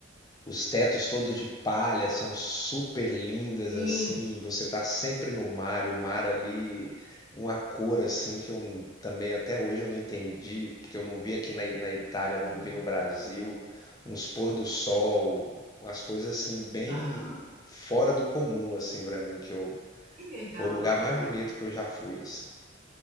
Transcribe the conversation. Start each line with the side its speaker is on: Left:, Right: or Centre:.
Left: os tetos todos de palha são super lindas
Right: sim,
Left: assim você tá sempre no mar e o mar ali uma cor assim que eu também até hoje eu não entendi porque eu não vi aqui na, na Itália
Right: que
Left: não
Right: ma-
Left: vi no Brasil uns pôr do sol umas coisas assim bem
Right: aham.
Left: fora do comum assim para mim que eu
Right: Que legal,
Left: foi o lugar
Right: cara.
Left: mais bonito que eu já fui assim